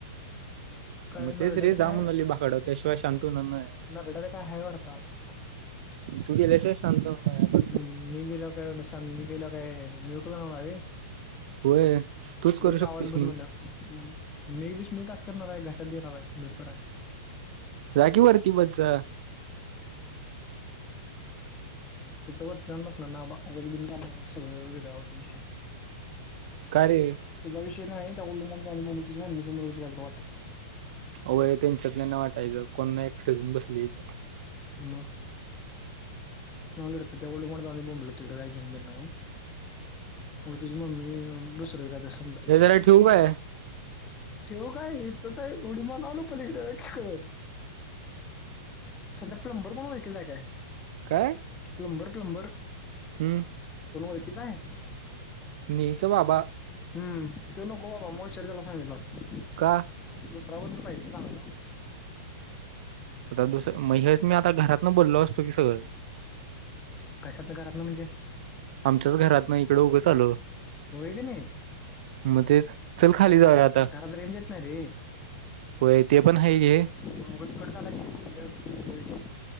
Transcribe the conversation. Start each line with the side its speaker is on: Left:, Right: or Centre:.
Left: काय
Right: म
Left: नरड्यात
Right: तेच रे जा
Left: काय
Right: म्हणाली
Left: आहे
Right: बागाड त्याशिवाय शांत होणार नाय
Left: नरड्यात काय हाय वाटतात
Right: तू गेल्याशिवाय शांत हो नाय
Left: हूं मी गेल्यावर काय शांत मी गेल्यावर काय म्यूट ट होणार हाय व्हय
Right: होय तूच करू
Left: होईल
Right: शकतोस
Left: आवाज
Right: मग
Left: बंद होईन मी विष्णू का अस करणार हाय घशात देणार हाय मरक्यूराय
Right: जा की वरती बस जा
Left: तिथ वरती जावून बसणार ना बाबा उगच बिनकामाच सगळं व्य गावात विषय
Right: का रे
Left: तिजा विषय नाय ये त्या <unintelligible> तिची मम्मीसमोर उगच कायतरी वाटयचं.
Right: होय त्यांच्यातल्याना वाटायचं कोण ना एकट घेऊन बसली इथं
Left: म <unintelligible> जाऊदे बोंबलत तिकड काय घेण देणं नाय म तुझी मम्मी दुसर एखाद समजायची
Right: हे जरा ठेवू काय
Left: त्यो काय इथंच हाय उडी मारून आलो पलिकड छरं सध्या प्लंबर कोण ओळखीचा हाय काय
Right: काय?
Left: प्लंबर प्लंबर
Right: हम्म
Left: कोण ओळखीचा आहे.
Right: मी चं बाबा
Left: हम्म तू नको बाबा मॉश्चर त्याला सांगितला असता.
Right: का?
Left: दुसरा कोणतरी पाहिजे चांगला
Right: आता दुसर म हेच मी आता घरातन बोललो असतो की सगळं
Left: कशातन घरातन म्हणजे
Right: आमच्याच घरात ना इकडं उगंच आलो.
Left: होय की नाही
Right: म तेच चल खाली
Left: खर घरात
Right: जाऊ या आता
Left: घरात रेंज येत नाही रे
Right: होय ते पण हाय घे
Left: म उगच कट झाला की <unintelligible> विषय